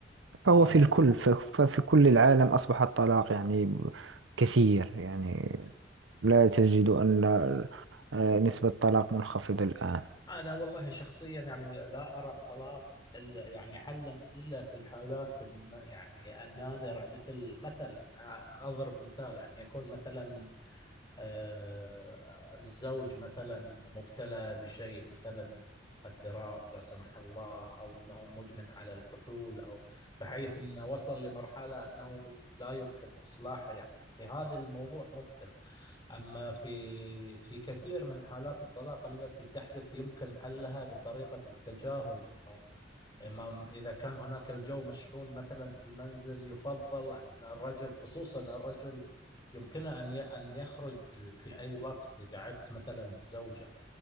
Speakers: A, on the left; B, on the right.
A: آه،
B: فهو في الكل ف- ففي كل العالم أصبح الطلاق يعني كثير يعني لا تجد أن آه، نسبة الطلاق منخفضة الآن
A: أنا والله شخصيا يعني لا أرى الطلاق إلا- يعني حلا إلا في الحالات الن- يعني النادرة مثل مثلا آه، أضرب مثال أن يكون مثلا آه، الزوج مثلا مبتلى بشيء مثلا مخدرات لا سمح الله او انه مدمن على الكحول او بحيث انه وصل لمرحله انه لا يمكن اصلاحه يعني في هذا الموضوع ممكن اما في في كثير من حالات الطلاق التي تحدث يمكن حلها بطريقه التجاهل انه ما- إذا كان هناك الجو مشحون مثلا في المنزل يفضل أن الرجل خصوصا الرجل يمكنه أن ي- أن يخرج في أي وقت بعكس مثلا الزوجة